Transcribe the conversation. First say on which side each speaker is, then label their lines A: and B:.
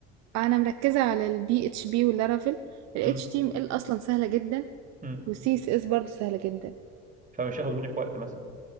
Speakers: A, on the right; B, on the right.
A: أنا مركزة على ال PHP واللارافيل ال
B: امم
A: HTML أصلا سهلة جدا
B: امم
A: والسي اس اس برضه سهلة جدا
B: فمش هياخد منك وقت مثلا